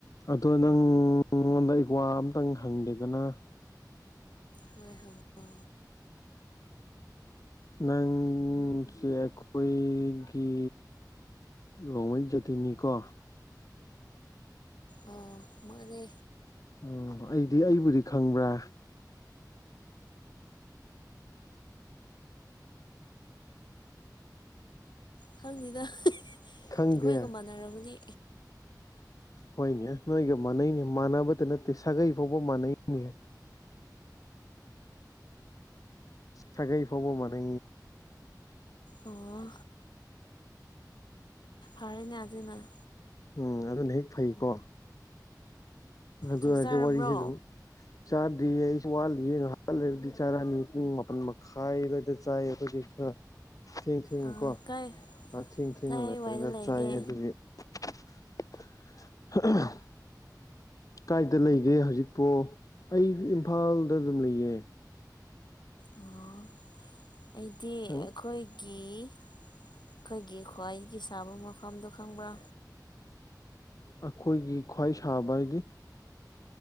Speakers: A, on the left (about 50°); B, on the left (about 85°).
A: ꯑꯗꯣ ꯅꯪꯉꯣꯟꯗ ꯑꯩꯀ꯭ꯋꯥ ꯑꯝꯇꯪ ꯍꯪꯒꯦꯗꯅ
B: ꯍꯣꯏ ꯍꯪꯉ
A: ꯅꯪꯁ ꯑꯩꯈꯣꯏꯒꯤ ꯒꯤ ꯔꯣꯃꯩꯖꯥꯇ ꯆꯤꯅꯤꯀꯣ
B: ꯑꯥ ꯃꯥꯅꯦ
A: ꯎꯝ ꯑꯩꯗꯤ ꯑꯩꯕꯨꯗꯤ ꯈꯪꯕ꯭ꯔꯥ
B: ꯈꯪꯗꯦꯗ
A: ꯈꯪꯗꯦ
B: ꯑꯩꯈꯣꯏꯒ ꯃꯥꯟꯅꯔꯕꯗꯤ
A: ꯍꯣꯏꯅꯦ ꯅꯣꯏꯒ ꯃꯥꯟꯅꯩꯅꯦ ꯃꯥꯟꯅꯕꯇ ꯅꯠꯇꯦ ꯁꯥꯒꯩ ꯐꯥꯎꯕ ꯃꯥꯟꯅꯩꯅꯦꯍ ꯁꯒꯩ ꯐꯕ ꯃꯅ
B: ꯑꯣ ꯀꯥꯅꯦ ꯑꯗꯨꯗꯅ
A: ꯎꯝ ꯑꯗꯨꯅ ꯍꯦꯛ ꯐꯩꯀꯣ ꯑꯗꯨ
B: ꯆꯥꯛ
A: ꯑꯣꯏꯔꯗꯤ
B: ꯆꯥꯔꯕ꯭ꯔꯣ
A: ꯋꯥꯔꯤꯁꯤꯁꯨ ꯆꯥ ꯗꯤ ꯑꯩ ꯋꯥꯂꯤ ꯌꯦ ꯂꯩꯔꯗꯤ ꯆꯥꯔꯅꯤ ꯄꯨꯡ ꯃꯥꯄꯟ ꯃꯈꯥꯏꯔꯗ ꯆꯥꯏ ꯑꯩꯈꯣꯏꯗꯤ ꯈ ꯊꯦꯡ ꯊꯦꯡꯅꯀꯣ
B: ꯑꯥ ꯀꯥꯏ
A: ꯉꯥꯛꯊꯦꯡ ꯊꯦꯡꯅ
B: ꯀꯥꯏ
A: ꯂꯩꯔꯒ
B: ꯋꯥꯏꯗ ꯂꯩꯒꯦ
A: ꯆꯥꯏ ꯑꯗꯨꯒꯤ <unintelligible> ꯀꯥꯏꯗ ꯂꯩꯒꯦ ꯍꯧꯖꯤꯛꯄꯣ ꯑꯩꯗꯤ ꯏꯝꯐꯥꯜꯗ ꯑꯗꯨꯝ ꯂꯩꯌꯦ
B: ꯑꯣ ꯑꯩꯗꯤ
A: ꯅꯪ
B: ꯑꯩꯈꯣꯏ ꯀ ꯑꯩꯈꯣꯏꯒꯤ ꯈ꯭ꯋꯥꯏꯗꯒꯤ ꯁꯥꯕ ꯃꯐꯝꯗꯣ ꯈꯪꯕ꯭ꯔꯥ
A: ꯑꯩꯈꯣꯏꯒꯤ ꯈ꯭ꯋꯥꯏ ꯁꯥꯕ ꯍꯥꯏꯗꯤ